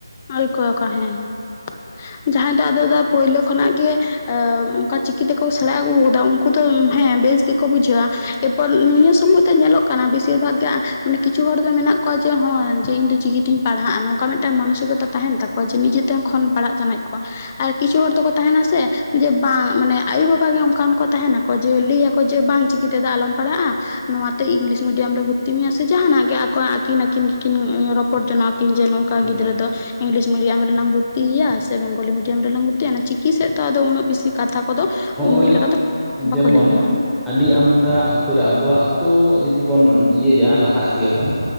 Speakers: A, on the left (about 25°); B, in the centre.
A: ᱟᱹᱭᱠᱟᱹᱣᱟᱠᱚ ᱦᱮᱸ ᱦᱮᱸ, ᱡᱟᱦᱟᱸᱭ ᱫᱚ ᱟᱫᱚ ᱫᱚᱟ ᱯᱳᱭᱞᱳ ᱠᱷᱚᱱᱟᱜ ᱜᱮ ᱟ ᱚᱱᱠᱟ ᱪᱤᱠᱤ ᱛᱮᱠᱚ ᱥᱮᱬᱟ ᱟᱹᱜᱩ ᱠᱟᱫᱟ ᱩᱱᱠᱩ ᱫᱚ ᱦᱮᱸ ᱵᱮᱥ ᱛᱮᱠᱚ ᱵᱩᱡᱷᱟᱹᱣᱟ ᱮᱨᱯᱚᱨ ᱱᱤᱭᱟᱹ ᱥᱚᱢᱚᱭ ᱛᱮ ᱧᱮᱞᱚᱜ ᱠᱟᱱᱟ ᱵᱮᱥᱤᱨ ᱵᱷᱟᱜᱽ ᱜᱮ ᱢᱟᱱᱮ ᱠᱤᱪᱷᱩ ᱦᱚᱲ ᱫᱚ ᱢᱮᱱᱟᱜ ᱠᱚᱣᱟ ᱡᱮ ᱦᱚᱭ ᱡᱮ ᱦᱚᱸ ᱡᱮ ᱤᱧ ᱫᱚ ᱪᱤᱠᱤ ᱛᱤᱧ ᱯᱟᱲᱦᱟᱜᱼᱟ ᱱᱚᱝᱠᱟ ᱢᱤᱫᱴᱟᱝ ᱢᱟᱱᱚᱥᱤᱠᱚ ᱛᱟᱦᱮᱱ ᱛᱟᱠᱚᱣᱟ ᱡᱮ ᱱᱤᱡᱮᱛᱮ ᱠᱷᱚᱱ ᱯᱟᱲᱦᱟᱜ ᱥᱟᱱᱟᱭᱮᱫ ᱠᱚᱣᱟ ᱟᱨ ᱠᱤᱪᱷᱩ ᱦᱚᱲ ᱫᱚᱠᱚ ᱛᱟᱦᱮᱱᱟ ᱥᱮ ᱡᱮ ᱵᱟᱝ ᱢᱟᱱᱮ ᱟᱭᱳ ᱵᱟᱵᱟ ᱜᱮ ᱚᱱᱠᱟᱱ ᱠᱚ ᱛᱟᱦᱮᱱᱟᱠᱚ ᱡᱮ ᱞᱟᱹᱭᱟᱠᱚ ᱡᱮ ᱵᱟᱝ ᱪᱤᱠᱤ ᱛᱮᱫᱚ ᱟᱞᱚᱢ ᱯᱟᱲᱦᱟᱜᱼᱟ, ᱱᱚᱣᱟᱛᱮ ᱤᱝᱞᱤᱥ ᱢᱤᱰᱤᱭᱟᱢ ᱞᱮ ᱵᱷᱚᱨᱛᱤ ᱢᱮᱭᱟ ᱥᱮ ᱡᱟᱦᱟᱱᱟᱜ ᱜᱮ ᱟᱠᱚᱣᱟᱜ ᱟᱹᱠᱤᱱ ᱟᱹᱠᱤᱱ ᱜᱮᱠᱤᱱ ᱮ ᱨᱚᱯᱚᱲ ᱡᱚᱱᱟ ᱟᱠᱤᱱ ᱡᱮ ᱠᱟ
B: ᱦᱩᱸ
A: ᱜᱤᱫᱽᱨᱟᱹ ᱫᱚ᱾ ᱤᱝᱞᱤᱥ ᱢᱤᱰᱤᱭᱟᱢ ᱨᱮᱞᱟᱝ ᱵᱷᱚᱨᱛᱤᱭᱭᱟ ᱥᱮ ᱵᱮᱝᱜᱚᱞᱤ ᱢᱰᱤᱭᱟᱢ ᱨᱮᱞᱟᱝ ᱵᱷᱚᱨᱛᱤᱭᱭᱟ ᱚᱱᱟ ᱪᱤᱠᱤ ᱥᱮᱫ ᱫᱚ ᱟᱫᱚ ᱩᱱᱟᱹᱜ ᱵᱤᱥᱤ ᱠᱟᱛᱷᱟ ᱠᱚᱫᱚ
B: ᱦᱚᱸᱜᱼᱚᱭ
A: ᱩᱱᱫᱤᱱ ᱞᱮᱠᱟ ᱫᱚ
B: ᱡᱮᱢᱚᱱ
A: ᱵᱟᱠᱚ ᱞᱟᱹᱭ ᱜᱮᱭᱟ᱾
B: ᱟᱹᱰᱤ ᱟᱢᱫᱟ ᱟᱛᱳ ᱨᱮ ᱟᱵᱚᱣᱟᱜ ᱟᱹᱛᱳ ᱡᱩᱫᱤ ᱵᱚᱱ ᱤᱭᱟᱹᱭᱟ ᱞᱟᱦᱟ ᱤᱫᱤᱭᱟᱵᱚᱱ,